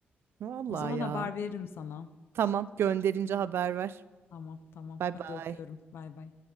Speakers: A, on the right; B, on the left.
A: Vallahi
B: O zaman
A: ya.
B: haber veririm sana.
A: Tamam gönderince haber ver.
B: Tamam tamam.
A: Bay
B: Hadi
A: bay.
B: öpüyorum. Bay bay.